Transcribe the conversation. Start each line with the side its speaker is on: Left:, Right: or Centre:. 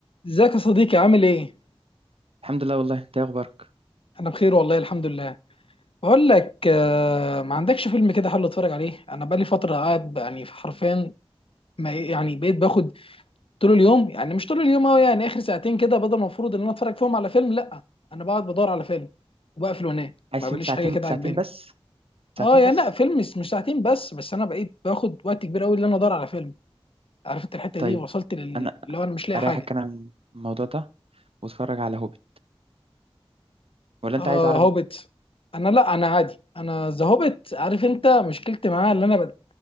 Left: ازيك يا صديقي عامل ايه؟
Right: الحمد لله والله انت ايه اخبارك
Left: انا بخير والله الحمد لله بقول لك آه، ما عندكش فيلم كده حلو اتفرج عليه انا بقالي فتره قاعد يعني حرفيا ما يعني بقيت باخد طول اليوم يعني مش طول اليوم قوي يعني اخر ساعتين كده بدل ما المفروض ان انا اتفرج فيهم على فيلم لا انا بقعد بدور على فيلم وبقفل وانام
Right: عايز
Left: ما
Right: فيلم
Left: بليش
Right: ساعتين
Left: حاجه كده
Right: ساعتين
Left: عجباني
Right: بس
Left: اه
Right: ساعتين
Left: يعني
Right: بس
Left: لا فيلم مش مش ساعتين بس بس انا بقيت باخد وقت كبير قوي ان انا ادور على فيلم عارف انت الحته
Right: طيب
Left: دي وصلت لل-
Right: انا
Left: اللي هو انا مش لاقي
Right: اريحك
Left: حاجه
Right: انا من الموضوع ده واتفرج على هوبي ولا
Left: اه
Right: انت عايز عربي
Left: هوبت انا لا انا عادي انا ذا هوبت عارف انت مشكلتي معاه اللي انا